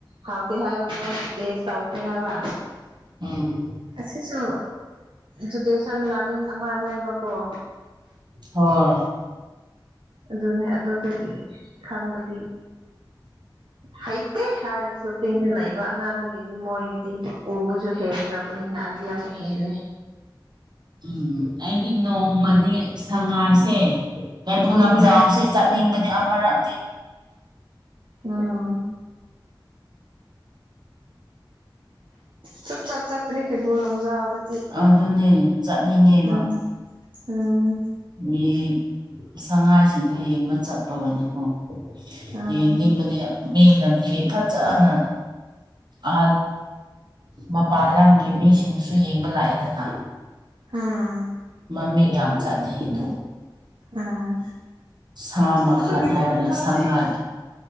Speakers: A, on the right; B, on the right.
A: ꯍꯥꯎꯇꯦ ꯍꯥꯏꯕ ꯃꯣꯏ ꯑꯦꯁ ꯇꯧꯈ꯭ꯔꯦ ꯍꯥꯏꯕ
B: ꯎꯝ
A: ꯑꯁꯤꯁꯨ ꯏꯗꯨꯀꯦꯁꯟ ꯂꯥꯔꯅꯤꯡ ꯑꯃꯅꯦꯕꯀꯣ
B: ꯍꯣꯏ
A: ꯑꯗꯨꯅꯦ ꯑꯗꯨꯗꯒꯤ ꯈꯪꯕꯗꯤ
B: <inaudible>
A: ꯍꯩꯇꯦ ꯍꯥꯏꯔꯁꯨ ꯆꯤꯡꯅ ꯂꯛꯏꯕ ꯑꯉꯥꯡꯗꯒꯤꯗꯤ ꯃꯣꯏꯒꯤꯗꯤ ꯎꯕꯁꯨ ꯍꯦ ꯕꯅꯤꯅ ꯑꯥꯏꯗꯤꯌꯥꯁꯨ ꯍꯦꯜꯂꯦ
B: ꯎꯝ ꯑꯩꯗꯤ ꯅꯣꯡꯃꯗꯤ ꯁꯉꯥꯏꯁꯦ ꯀꯩꯕꯨꯜ
A: ꯎꯝ
B: ꯂꯝꯖꯥꯎꯁꯦ ꯆꯠꯅꯤꯡꯕꯅꯦ ꯑꯃꯔꯛꯇꯗꯤ
A: ꯎꯝ ꯆꯞ ꯆꯞ ꯆꯥꯇꯔꯈꯦ ꯣꯂꯝꯖꯗ
B: ꯑꯗꯨꯅꯦ ꯆꯠꯅꯤꯡꯉꯦꯕ
A: ꯎꯝ ꯎꯝ
B: ꯃꯤꯡ ꯁꯉꯥꯏꯁꯤꯡꯗꯣ ꯌꯦꯡꯕ ꯆꯠꯄ ꯑꯣꯏꯅꯀꯣ
A: ꯎꯝ
B: ꯌꯦꯡꯅꯤꯡꯕꯅꯦ ꯃꯤꯅꯗꯤ ꯐꯖꯅ ꯑ ꯃꯄꯥꯥꯟ ꯂꯝꯒꯤ ꯃꯤꯁꯤꯡꯁꯨ ꯌꯦꯡꯕ ꯂꯥꯛꯏꯗꯅ
A: ꯍꯥꯥ
B: ꯃꯃꯤꯡ ꯌꯥꯝ ꯆꯠꯅꯩ ꯑꯗꯨ
A: ꯎꯝ
B: ꯁꯥ ꯃꯈꯜ
A: ꯑ
B: ꯍꯥꯏꯔꯒ
A: ꯀꯣꯁꯦ
B: ꯁꯉꯥꯏ